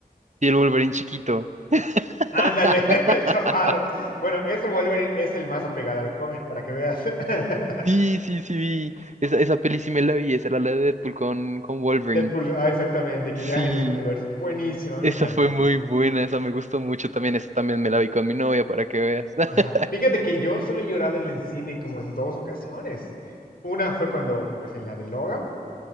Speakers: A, on the right; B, on the left.
A: Y el Wolverine chiquito. <laughs>
B: Ándale, <laughs> el chaparro. Bueno, ese Wolverine es el más apegado al cómic, para que veas. <laughs>
A: Sí, sí, sí, vi. Esa, esa peli sí me la vi, esa era la de Deadpool con, con Wolverine.
B: Deadpool, ah, exactamente, que
A: Sí.
B: viaja en los universos. Buenísimo, a mí
A: Esa
B: me encantó.
A: fue muy buena, esa me gustó mucho también. Esa también me la vi con mi novia para que veas. <laughs>
B: Ajá. Fíjate que yo solo he llorado en el cine como en dos ocasiones. Una fue cuando, pues en la de Logan,